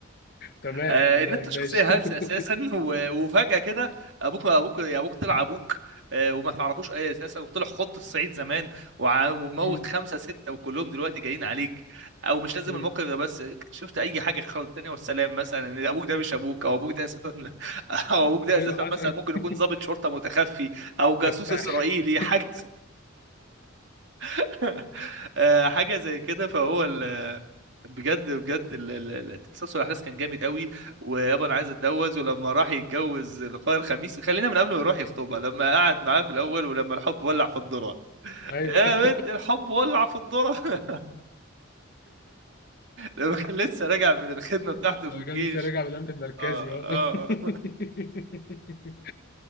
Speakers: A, on the left (about 50°); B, on the right (about 60°).
A: تمام
B: آه،
A: تمام
B: ان انت شخصيه
A: ماشي
B: هلسه
A: <laughs>
B: اساسا <laughs> و- وفجاه كده ابوك ابوك يا ابوك طلع ابوك آه، وما تعرفوش اي اساسا وطلع خط الصعيد زمان وع- وموت
A: مم.
B: خمسه سته وكلهم دلوقتي جايين عليك او مش لازم
A: مم.
B: الموقف ده بس شفت اي حاجه خالص تانية والسلام مثلا ان ابوك ده مش ابوك او ابوك ده اساسا <laughs> او ابوك ده
A: ايوه
B: اساسا
A: حسن
B: مثلا ممكن
A: <laughs>
B: يكون ضابط شرطه متخفي او جاسوس
A: تفاح
B: اسرائيلي
A: <laughs>
B: حاجه <laughs> آه، حاجه زي كده فهو ال بجد بجد ال- ال- ال- تسلسل الاحداث كان جامد قوي ويابا انا عايز اتجوز ولما راح يتجوز لقاء الخميس خلينا من قبل ما يروح يخطبها لما قعد معاه في الاول ولما الحب ولع في الذره
A: ايوه
B: يا بنت الحب ولع في الذره <laughs> لما كان لسه راجع
A: <laughs>
B: من الخدمه بتاعته
A: لو
B: في الجيش
A: كان لسه راجع من الامن المركزي
B: اه
A: اه
B: اه
A: <laughs>